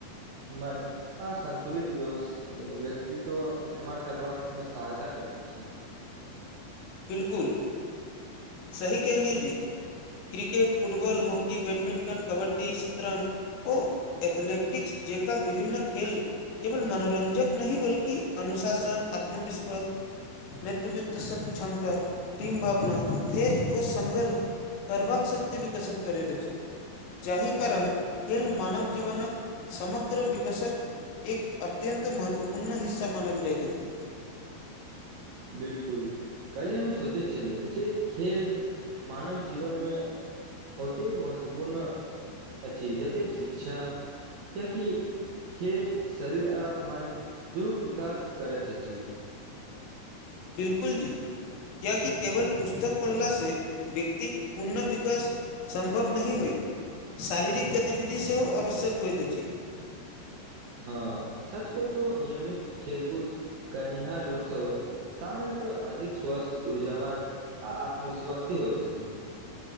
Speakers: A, on the right; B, on the left.
A: मन आ सन्तुलित व्यक्तित्व निर्माण करबाक में सहायता करैत अछि
B: बिलकुल सही कह लियजी cricket football hockey badminton kabaddi शतरञ्ज ओ एथलैटिक्स जेका विभिन्न खेेल केवल मनोरंजक नहि बल्कि अनुशासन आत्मविश्वास नेतृवत्वसँ क्षमता तिन भावना थेर ओ संघर्ष करबाक शक्ति विकसित करैत अछि जाहि कारण खेल मानव जीवनक समग्र विकसक एक अत्यंत महत्वपूर्ण हिस्सा मानल जाइत अछि
A: बिलकुल कलिय हम सोचैत छलहुँ जे खेल मानव जीवन में ओतेक महत्वपूर्ण अछि जतेक शिक्षा किएकि खेल शरीर आ मन दुनूके विकास करैत अछि
B: बिलकुल जी क्य कि केवल पुस्तक पढ़ला से व्यक्तिक पुनः विकास संभव नहि होयत शारीरिक गतिविधि सेहो आवश्यक होइत छै
A: हँ सच कहु तो नियमित खेलकूद करनिहार लोकसवक सामन्यतः अधिक स्वस्थ ऊर्जाावन आ आत्मविश्वासी होइ त छै